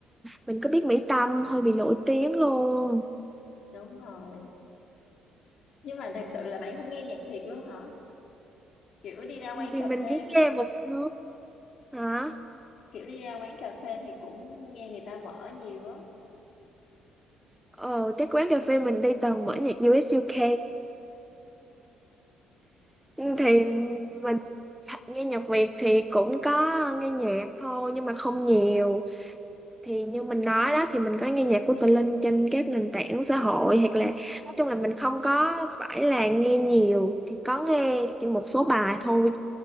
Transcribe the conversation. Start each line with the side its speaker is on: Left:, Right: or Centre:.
Centre: mình có biết Mỹ Tâm hơi bị nổi tiếng luôn.
Left: đúng rồi. Nhưng mà thật sự là bạn không nghe nhạc Việt luôn hả? Kiểu đi ra quán
Centre: Ừ, Thì
Left: cà
Centre: mình
Left: phê
Centre: chỉ nghe một số hả?
Left: kiểu đi ra quán cà phê thì cũng nghe người ta mở nhiều á.
Centre: Ờ, cái quán cà phê mình đi toàn mở nhạc u US UK.
Left: Ok.
Centre: Thì mình nghe nhạc Việt thì cũng có nghe nhạc thôi nhưng mà không nhiều. thì như mình nói đó thì mình có nghe nhạc của Tự Linh trên các nền tảng xã hội hoặc là nói chung là mình không có phải là nghe nhiều thì có nghe chỉ một số bài thôi